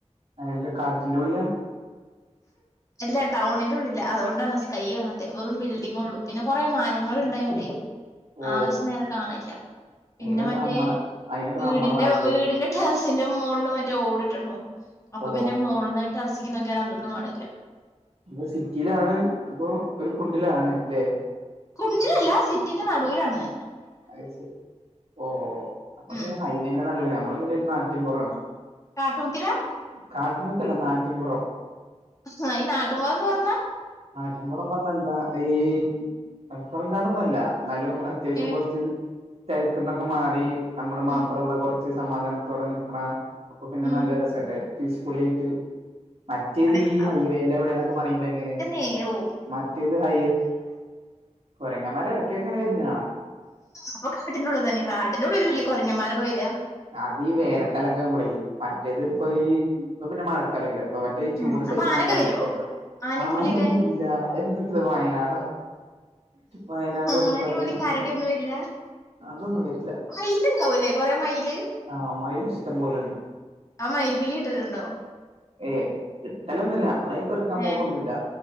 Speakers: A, on the right; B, on the left.
A: അങ്ങനത്തെ കാട്ടിന്റെ ഉള്ളില്ല
B: അല്ല ടൗണിന്റെ ഉള്ളില്ല അതുകൊണ്ടാണ് സ്കൈ കാണതെ വെറും ബിൽഡിങ്ങ് ഉള്ളു പിന്നെ കൊറേ മരങ്ങൾ ഇണ്ടായോണ്ടേ.
A: ഓ
B: ആകാശം നേരെ കാണില്ല പിന്നെ
A: അയിനൊക്കെ
B: മറ്റേ
A: നമ്മടെ അയിനൊക്കെ
B: വീടിന്റെ
A: നമ്മടെ നാട്ടില്
B: വീടിന്റെ ടെറിസിന്റെ മോളില് മറ്റേ ഓടിട്ന്നു അപ്പൊ
A: ഓ
B: പിന്നെ മുളിന്ന് ടെറസിക്ക് നോക്കിയാൽ അങ്ങ്ട്ടും കാണില്ല.
A: അപ്പൊ സിറ്റിയിലാണ് അപ്പൊ ഒരു കുണ്ടിലാണ്ല്ലെ.
B: കുണ്ടിലല്ല സിറ്റിന്റെ നടുലാണ്
A: അയ്ശരി ഓഹ് നമ്മള്
B: ഉം
A: പിന്നെ ഹൈവേന്റെ നടുല്ല നമ്മള് പിന്നെ ഒരു നാട്ടിൻപുറമാണ്
B: കാട്ടുമുക്കിലാ
A: കാട്ടിമുക്കല്ല നാട്ടിൻപുറം.
B: ആഹ് ഈ നാട്ടിൻപുറം എന്ന് പറഞ്ഞാ
A: നാട്ടിൻ പുറന്ന് പറഞ്ഞ എന്താ ഈ മാപ്പറം കാടൊന്നല്ല എന്നാലും അത്യാവശ്യം
B: ഏ
A: കോറച്ച് തിരക്കുന്നൊക്കെ മാറി നമ്മള് മാത്രമുള്ള
B: ഉം
A: കുറച്ച് സമാധാനത്തോടെ നിക്ക്ണ അപ്പൊ പിന്നെ
B: ഉം
A: നല്ല രസല്ലേ പീസ്ഫുളിയിട്ട് മറ്റേത്
B: അതൊക്കെ
A: ഈ ഹൈവേന്റെ അവിടെന്നൊക്കെ പറയുമ്പോ എങ്ങനെ
B: ഏഹ് ഓഹ്
A: മറ്റേ ഇത് ഹൈ കൊരങ്ങമാരടക്ക ഇടക്ക്‌ ഒക്കെ ഇങ്ങനെ വരുന്നെ കാണാ
B: അപ്പൊ കാട്ടിന്റെ ഉള്ള തന്നെ കാട്ടിന്റെറെ ഉള്ളിലല്ലേ കുറഞ്ഞമാരൊക്കെ വേര
A: അതീ വേനക്കാലൊക്കെ ആകുമ്പോളെ മറ്റേത് ഇപ്പൊ ഈ ഇത് പിന്നെ മഴക്കാലൊക്കെ അപ്പൊ മറ്റേ ഈ ചൂട്
B: ഉം അപ്പൊ
A: സഹിക്കാൻതാ
B: ആനൊക്കെ വരുവോ
A: പറ്റും
B: ആനയും
A: ആനെന്നുല്ല
B: പുലിയൊക്കെ
A: എന്താ ഇത് വയനാടോ വയനാടും അട്ടപ്പാടിയും
B: ആനയും പുലി
A: ഒന്നാലല്ലോ
B: കരടിയൊന്നും വരില്ല
A: അതൊന്നും വരില്ല
B: മയിലുണ്ടാവൂലേ കൊറേ മയില്
A: ആഹ് മൈൽ ഇഷ്ടം പോലെണ്ട്
B: ആഹ് മയിൽപിലി കിട്ടല് ഉണ്ടാ
A: ഏയ് കിട്ടലൊന്നുല്ല നമ്മളി പെറുക്കാൻ
B: ഏ
A: പോകൊന്നുല്ല